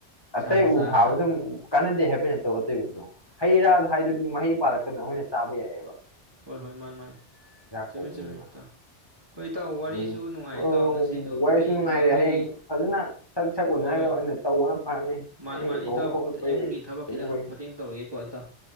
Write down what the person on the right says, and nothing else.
ꯏꯁꯥꯗ
ꯆꯥꯒꯅ
ꯍꯣꯏ ꯍꯣꯏ ꯃꯥꯅꯤ ꯃꯥꯅꯦ ꯆꯨꯝꯃꯤ
ꯆꯨꯝꯃꯤ ꯏꯇꯥꯎ ꯍꯣꯏ ꯏꯇꯥꯎ ꯋꯥꯔꯤꯁꯨ
ꯅꯨꯡꯉꯥꯏ ꯏꯇꯥꯎ
ꯉꯁꯤꯗꯣ ꯑꯩꯈꯣꯏ
ꯑꯩꯈꯣꯏꯒꯤ
ꯍꯣꯏꯣꯏ
ꯃꯥꯅꯤ
ꯃꯥꯅꯤ
ꯏꯇꯥꯎ
ꯌꯨꯝꯒꯤ ꯊꯕꯛ
ꯈꯤꯇꯪ ꯃꯇꯦꯡ ꯇꯧꯔꯨꯒꯦꯀꯣ ꯏꯇꯥꯎ